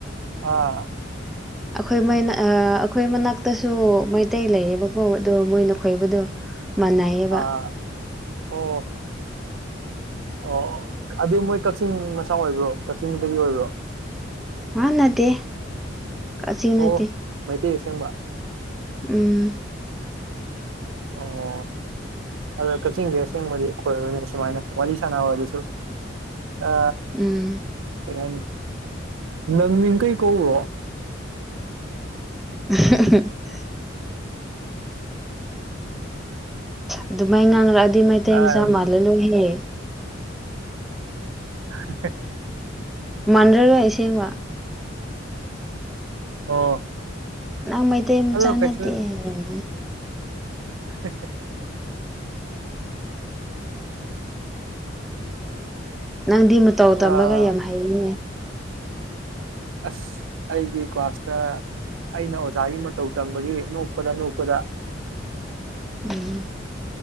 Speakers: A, on the right; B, in the centre.
A: ꯑꯥ
B: ꯑꯈꯣꯏ ꯃꯣꯏꯅ ꯑ ꯑꯈꯣꯏ ꯃꯅꯥꯛꯇꯁꯨ ꯃꯩꯇꯩ ꯂꯩꯌꯦꯕꯀꯣ ꯑꯗꯣ ꯃꯣꯏꯅ ꯈꯣꯏꯕꯗꯣ ꯃꯥꯟꯅꯩꯌꯦꯕ
A: ꯑꯥ ꯑꯣ ꯑꯣ ꯑꯗꯨ ꯃꯣꯏ ꯀꯛꯆꯤꯡ ꯃꯆꯥ ꯑꯣꯏꯕ꯭ꯔꯣ ꯀꯛꯆꯤꯡꯗꯒꯤ ꯑꯣꯏꯕ꯭ꯔꯣ
B: ꯉꯥ ꯅꯠꯇꯦ ꯀꯛꯆꯤꯡ ꯅꯠꯇꯦ
A: ꯑꯣ ꯃꯩꯇꯩ ꯑꯁꯦꯡꯕ
B: ꯎꯝ
A: ꯑꯣ ꯑꯗꯣ ꯀꯛꯆꯤꯡꯒꯤ ꯑꯁꯦꯡꯕꯗꯤ ꯈꯣꯏꯔꯣꯏꯅꯦ ꯁꯨꯃꯥꯏꯅ ꯋꯥꯔꯤ ꯁꯥꯟꯅꯕ ꯑꯗꯨꯁꯨ ꯑ
B: ꯎꯝ
A: ꯀꯩ ꯍꯥꯏꯅꯤ ꯅꯪ ꯃꯤ ꯀꯩ ꯀꯧꯕꯔꯣ
B: <unintelligible> ꯑꯗꯨ ꯃꯥꯏ ꯉꯥꯡꯂꯑꯗꯤ ꯃꯩꯇꯩ
A: ꯑꯝ
B: ꯃꯁꯥ ꯃꯥꯜꯂ ꯂꯣꯏꯍꯦ
A: <unintelligible>
B: ꯃꯥꯟꯗꯔꯔꯣꯏ ꯑꯁꯦꯡꯕ
A: ꯑꯣ
B: ꯅꯪ ꯃꯩꯇꯩ ꯃꯆꯥ
A: ꯑꯗꯣ ꯀꯩꯁꯨ
B: ꯅꯠꯇꯦ ꯍꯥꯏꯒꯅꯤ
A: <unintelligible>
B: ꯅꯪꯗꯤ ꯃꯇꯧ
A: ꯑꯥ
B: ꯇꯝꯕꯒ ꯌꯥꯝ ꯍꯩꯅꯦ
A: ꯑꯁ ꯑꯩꯒꯤ ꯀ꯭ꯂꯥꯁꯇ ꯑꯩꯅ ꯑꯣꯖꯥꯒꯤ ꯃꯇꯧ ꯇꯝꯕꯒꯤ ꯅꯣꯛꯄꯗ ꯅꯣꯛꯄꯗ
B: ꯎꯝ